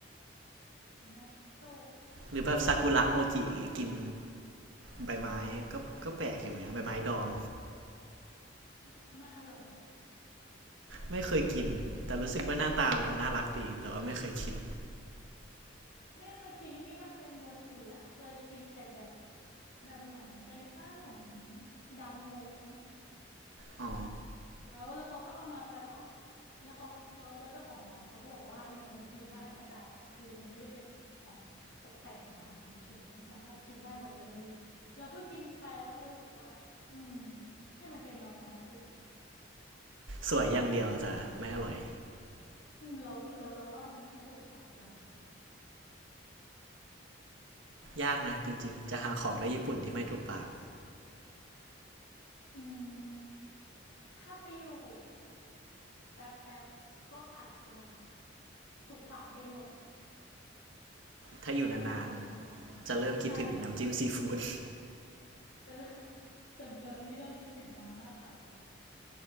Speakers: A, on the left; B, on the right.
A: นัตโต
B: หรือแบบซากุระโมจิอย่างเงี้ยกินใบไม้ก็ก็แปลกอยู่เหมือนกันใบไม้ดอง
A: ไม่ไม่อร่อย
B: ไม่เคยกินแต่รู้สึกว่าหน้าตามันน่ารักดีแต่ว่าไม่เคยกิน
A: ไม่เคยกินที่มันเป็นโมจิอะเคยกินแต่แบบแบบเหมือนเป็นขนมดังโงะไหม
B: อ๋อ
A: แล้วแล้วเขาก็เอามาประดับแล้วเขาแล้วแล้วเจ้าของร้านเขาก็บอกว่าเนี่ยมันกินได้ทั้งจานนะคือมันไม่ได้เป็นของตกแต่งจานเฉยๆมันสามารถกินได้หมดเลยเราก็กินไปแล้วก็รู้สึกว่าอืมให้มันเป็นดอกไม้เถอะ
B: สวยอย่างเดียวแต่ไม่อร่อย
A: อืมเราเราเราว่ามันไม่ถูกปากเรา
B: ยากนะจริงๆจะหาของในญี่ปุ่นที่ไม่ถูกปาก
A: อืมถ้าไปอยู่แป๊บแป๊บก็อาจจะถูกปากไปหมด
B: ถ้าอยู่นานๆจะเริ่มคิดถึงน้ำจิ้มซีฟู้ด
A: แต่ถ้าไปอยู่นานๆใช่จะ
B: <laughs>
A: จะเริ่มส่วนตัวนี้เริ่มคิดถึงมาม่าไทย